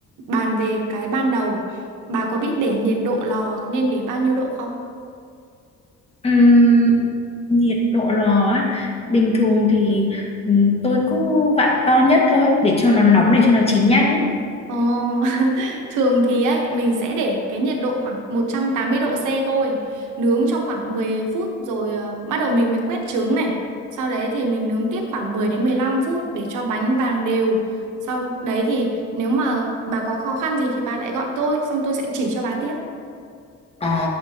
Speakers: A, on the right; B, on the left.
A: bàn về cái ban đầu. Bà có biết để nhiệt độ lò nên để bao nhiêu độ không?
B: Ừm, nhiệt độ lò á bình thường thì ừm, tôi cứ vặn to nhất thôi để cho nó nóng để cho nó chín nhanh ấy.
A: Ờ, <laughs> thường thì ấy mình sẽ để cái nhiệt độ khoảng 180 độ C thôi nướng trong khoảng 10 phút rồi ờ, bắt đầu mình mới quét trứng này sau đấy thì mình nướng tiếp khoảng 10 đến 15 phút để cho bánh vàng đều sau đấy thì nếu mà bà có khó khăn gì thì bà lại gọi tôi xong tôi sẽ chỉ cho bà tiếp
B: Ờ